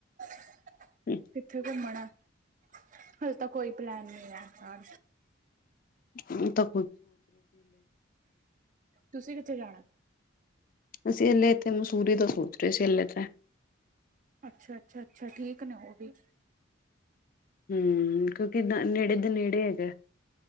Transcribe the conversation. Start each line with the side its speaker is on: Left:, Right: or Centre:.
Right: <unintelligible>
Left: ਹੈ
Right: ਕਿੱਥੇ ਘੁੰਮਣਾ ਹੱਲੇ ਤਾਂ ਕੋਈ ਪਲੈਨ ਨਹੀਂ ਐ ਅ
Left: ਓ ਤਾ
Right: ਤੁਸੀਂ ਕਿੱਥੇ ਜਾਣਾ।
Left: ਅਸੀਂ ਹੱਲੇ ਇੱਥੇ ਮਸੂਰੀ ਦਾ ਸੋਚ ਰਹੇ ਸੀ ਹੱਲੇ ਤੇ
Right: ਅੱਛਾ ਅੱਛਾ ਅੱਛਾ ਠੀਕ ਨੇ ਉਹ ਵੀ
Left: ਹੂੰ ਕਿਉਂਕਿ ਨੇੜੇ ਦੇ ਨੇੜੇ ਹੈਗਾ।